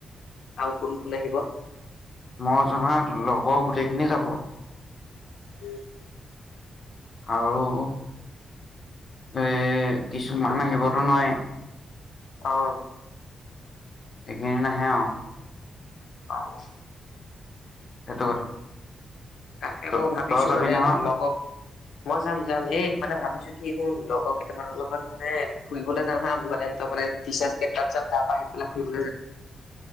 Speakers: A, on the left; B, on the left.
A: আৰু কোন কোন আহিব?
B: মই জনাত লগৰ গোটেইখিনি যাব।
A: <inaudible>
B: আৰু এ কিছুমান আহিবতো নোৱাৰি।
A: অঁহ
B: এইখিনি নাহে আও।
A: অঁ।
B: সেইটো কথা
A: তাকে
B: ত
A: মই ভাবিছো
B: তই যাবি
A: মানে
B: নহয়
A: লগক মই যাম যাম এই মানে ভাবিছো, কি শুন লগৰ কেইটামানৰ লগত মানে ফুৰিবলৈ যাম হা, মানে হেতক মানে টিচাচ ডেত ভাত চাট তাৰ পৰা সেইফালে ফুৰিবলৈ যাম।